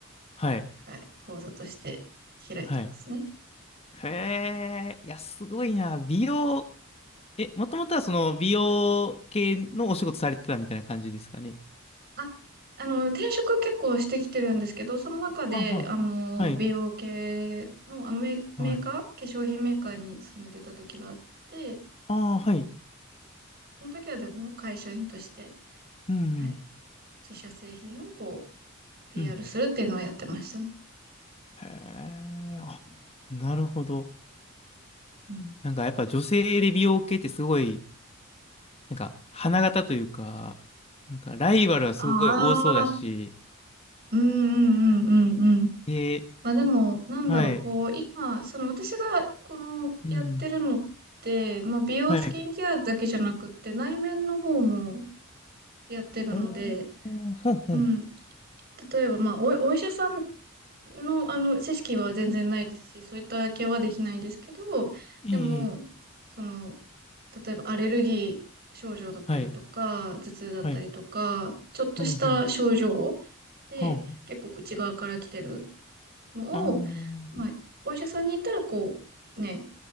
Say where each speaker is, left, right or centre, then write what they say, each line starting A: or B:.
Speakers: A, on the left (about 30°); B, on the right (about 50°).
A: はい。
B: はい、講座として開いてますね。
A: はい。へえ、いや、すごいな。美容、え、もともとはその美容系のお仕事されてたみたいな感じですかね。
B: あ、あの、転職結構してきてるんですけど、その中で、
A: はあは
B: あの、
A: あ。はい。
B: 美容系の、あのメ、メーカー、
A: はい。
B: 化粧品メーカーに勤めてた時があって、
A: ああー、はい。
B: その時はでも会社員として、
A: うん、うん。
B: はい、自社製品をこう、PR
A: うん。
B: するっていうのはやってましたね。
A: へえ、あ、なるほど。
B: うん。
A: なんかやっぱ女性で美容系ってすごい、なんか花形というか、なんかライバルはすごい多そうだし、
B: ああ、うんうんうんうんうん。
A: え
B: まあでも、なんだろう、
A: はい。
B: こう、今、その私が、この、
A: うん。
B: やってるのって、まあ美容スキンケアだけじゃなくって、
A: はい。
B: 内面の方もやってるので、
A: おー、ほんほん
B: うん、例えば、まあ、お、お医者さんの、あの、知識は全然ないですし、そういったケアはできないんですけど、
A: ええ、
B: でも、
A: いい
B: その、例えばアレルギー症状だったりとか、
A: はい、
B: 頭痛だったりとか、
A: はい、
B: ちょっとした症状
A: うん、うん、
B: で、
A: は
B: 結構内側から来てるのを、
A: あ、あ
B: まあ、お医者さんに行ったら、こう、ね、